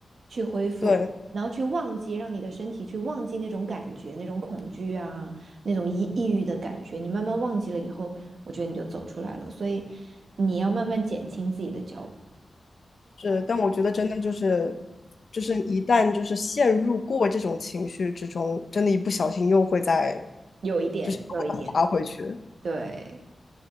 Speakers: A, on the right; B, on the left.
A: 去恢复，
B: 对。
A: 然后去忘记，让你的身体去忘记那种感觉、那种恐惧啊、那种抑抑郁的感觉。你慢慢忘记了以后，我觉得你就走出来了。所以你要慢慢减轻自己的焦虑，
B: 是，但我觉得真的就是，就是一旦就是陷入过这种情绪之中，真的，一不小心又会再
A: 有一点，
B: 就是又会再滑回去。
A: 有一点，对。